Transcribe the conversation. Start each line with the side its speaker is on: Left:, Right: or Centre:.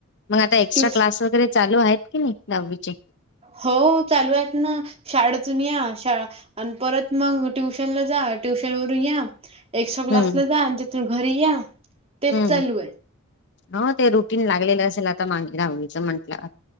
Left: मग आता एक्स्ट्रा
Right: ट्युश
Left: क्लास वगैरे चालू आहेत की नाही- नव्वीचे
Right: हो चालू आहेत ना शाळेतून या शाळा आणि परत मग ट्युशनला जा ट्युशन वरून या एक्स्ट्रा क्लासला
Left: हम्म
Right: जा तू घरी या तेच
Left: हम्म
Right: चालू आहे.
Left: -हो ते रुटीन लागलेलं असेल आता मागे दहावीचं म्हंटलं